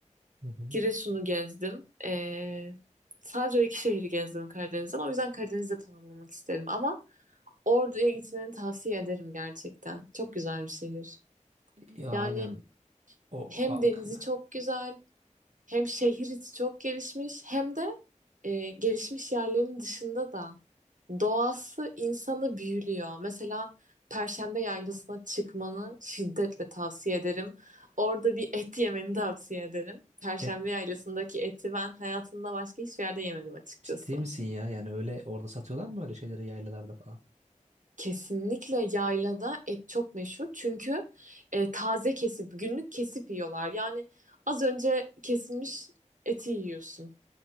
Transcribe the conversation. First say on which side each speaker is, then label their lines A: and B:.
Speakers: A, on the right (about 60°); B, on the right (about 85°).
A: Hı hı.
B: Giresun'u gezdim. Ee, sadece o iki şehri gezdim Karadeniz'den. O yüzden Karadeniz'de tamamlamak isterim. Ama Ordu'ya gitmeni tavsiye ederim gerçekten. Çok güzel bir şehir.
A: Ya
B: Yani
A: aynen o
B: hem
A: a-
B: denizi
A: k-
B: çok güzel, Hem şehir içi çok gelişmiş hem de e, gelişmiş yerlerin dışında da doğası insanı büyülüyor. Mesela Perşembe Yaylası'na çıkmanı şiddetle tavsiye ederim. Orada bir et yemeni tavsiye ederim. Perşembe
A: et
B: Yaylası'ndaki eti ben hayatımda başka hiçbir yerde yemedim açıkçası.
A: ciddi misin ya? Yani öyle orada satıyorlar mı öyle şeyleri yaylalarda falan?
B: Kesinlikle yaylada et çok meşhur çünkü e, taze kesip günlük kesip yiyorlar. Yani az önce kesilmiş eti yiyorsun.